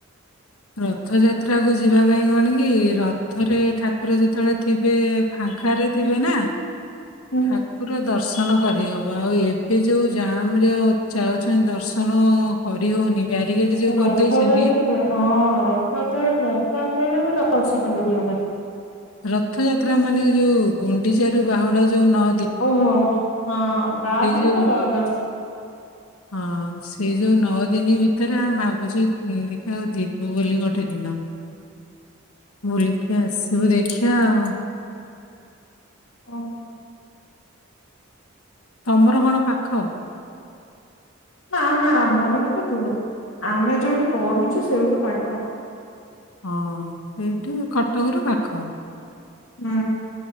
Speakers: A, on the left; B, on the left.
A: ରଥଯାତ୍ରାକୁ ଯିବା ପାଇଁ କଣ କି, ରଥରେ ଠାକୁର ଯେତେବେଳେ ଥିବେ ଫାଙ୍କାରେ ଥିବେ ନା,
B: ହୁଁ
A: ଠାକୁର ଦର୍ଶ ଦର୍ଶନ କରିହବ, ଆଉ ଏବେ ଯୋଉ ଜାମରେ ଅ ଯାଉଛନ୍ତି ଦର୍ଶନ କରିହଉନି ବ୍ୟାରିକେଡ ଯୋଉ
B: ରଥଯାତ୍ରାରେ
A: କରିଦେଇଛନ୍ତି
B: ହଁ ରଥଯାତ୍ରା ରଥଯାତ୍ରାରେ ବି ଦର୍ଶନ କରିହବନି।
A: ରଥଯାତ୍ରା ମାନେ ଯୋଉ ଗୁଣ୍ଡିଚାରୁ ବାହୁଡା ଯୋଉ ନ
B: ଓହୋ ହଁ ତା ଭିତରେ
A: ଯୋଉ
B: ଦର୍ଶ
A: ହଁ ସେଇ ଯୋଉ ନଅ ଦିନି ଭିତେରେ ଆମ ଭାବୁଚୁ ଉଁ ଦେଖିବାକୁ ଯିବୁ ବୋଲି ଗୋଟେ ଦିନ।
B: <inaudible>
A: ବୁଲିକି ଆସିବୁ ଦେଖିଆ ଆଉ।
B: ଓହୋ।
A: ତମର କଣ ପାଖ?
B: ନା ନା ଆମ ଘର ତ ଦୂର, ଆମେ ଯୋଉଠି ପଢୁଛୁ ସେଇଠୁ ପାଖ।
A: ହଁ ସେଇଠି କଟକରୁ ପାଖ।
B: ହୁଁ।